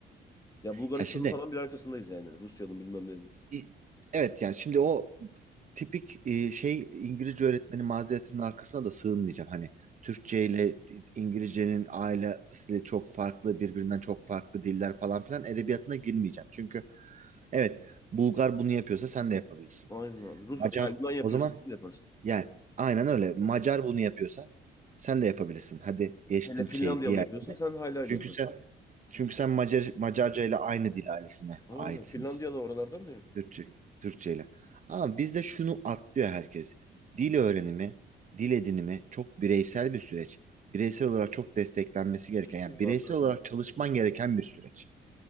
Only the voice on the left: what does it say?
Ya Bulgaristan'ın
falan bir arkasındayız yani. Rusya'nın bilmem ne.
Aynen abi. Rus,
yani Yunan yapıyorsa
sen de yaparsın.
Hele Finlandiyalı
yapıyorsa sen haylayla
yaparsın.
Aynen.
Finlandiya da oralardan da ya.
Kesin
abi katılıyorum.